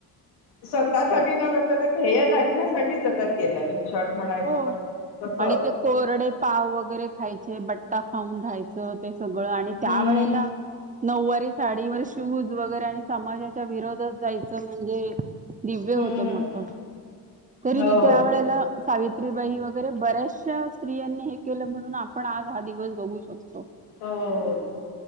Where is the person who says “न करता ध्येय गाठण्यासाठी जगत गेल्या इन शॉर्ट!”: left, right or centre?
Left